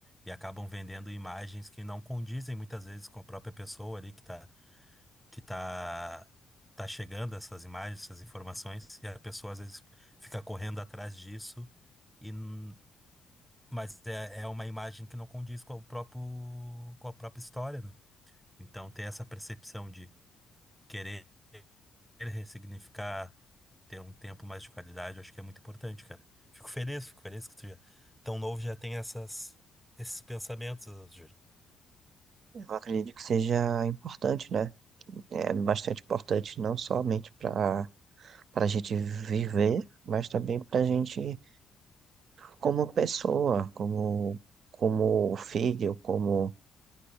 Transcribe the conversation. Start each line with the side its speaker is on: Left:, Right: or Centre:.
Centre: E acabam vendendo imagens que não condizem muitas vezes com a própria pessoa ali que tá que tá, tá chegando essas imagens, essas informações, e a pessoa às vezes fica correndo atrás disso, e, n- mas é, é uma imagem que não condiz com o próprio, com a própria história, né? Então ter essa percepção de querer ressignificar, ter um tempo mais de qualidade, eu acho que é muito importante, cara. Fico feliz, fico feliz que tu já, tão novo já tem essas, esses pensamentos, Júlio.
Right: Eu acredito que seja importante, né? É bastante importante não somente para para a gente viver, mas também para a gente como pessoa, como como filho, como